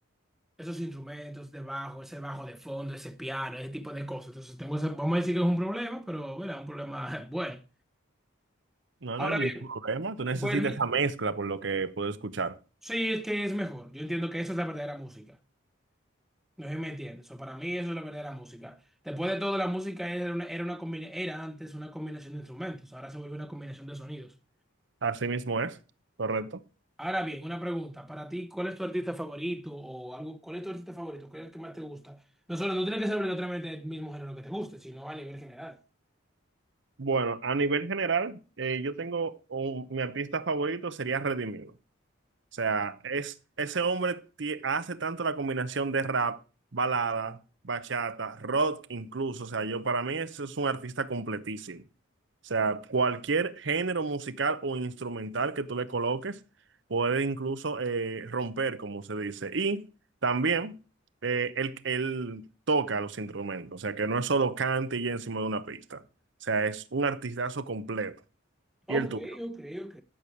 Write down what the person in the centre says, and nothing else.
esos instrumentos de bajo, ese bajo de fondo, ese piano, ese tipo de cosas. Entonces, tengo ese- vamos a decir que es un problema, pero bueno, un problema <laughs> bueno.
Ahora
bien,
pues
sí, es que es mejor. Yo entiendo que eso es la verdadera música. No sé si me entiendes. O sea, para mí eso es la verdadera música. Después de todo, la música era una, era una combina- era antes una combinación de instrumentos, ahora se vuelve una combinación de sonidos.
Ahora bien, una pregunta. Para ti, ¿cuál es tu artista favorito o algo? ¿Cuál es tu artista favorito? ¿Cuál es el que más te gusta? No solo, no tiene que ser obligatoriamente el mismo género que te guste, sino a nivel general.
Ok,
ok, ok.